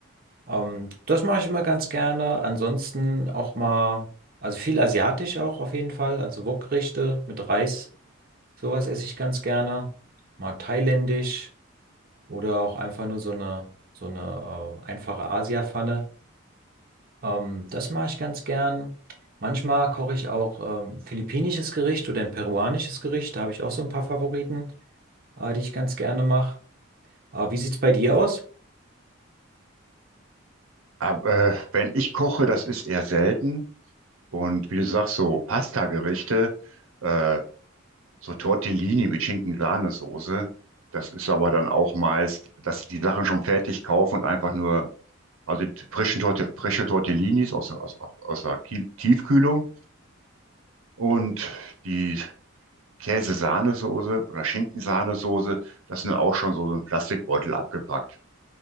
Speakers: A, on the right; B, on the right.
A: Ähm, das mache ich immer ganz gerne. Ansonsten auch mal, also viel asiatisch auch auf jeden Fall. Also Wokgerichte mit Reis. Sowas esse ich ganz gerne. Mal thailändisch oder auch einfach nur so eine, so eine äh, einfache Asia-Pfanne. Ähm, das mache ich ganz gern. Manchmal koche ich auch ähm, ein philippinisches Gericht oder ein peruanisches Gericht. Da habe ich auch so ein paar Favoriten, äh, die ich ganz gerne mache. Äh, wie sieht es bei dir aus?
B: Aber, äh, wenn ich koche, das ist eher selten. Und wie du sagst, so Pasta-Gerichte, äh, So Tortellini mit Schinken-Sahnesoße. Das ist aber dann auch meist, dass sie die Sachen schon fertig kaufen und einfach nur, also die frischen Torte, frische Tortellinis aus, der- aus, aus der Ki- Tiefkühlung und die Käse-Sahnesoße oder Schinken-Sahnesoße, das sind auch schon so so ein Plastikbeutel abgepackt.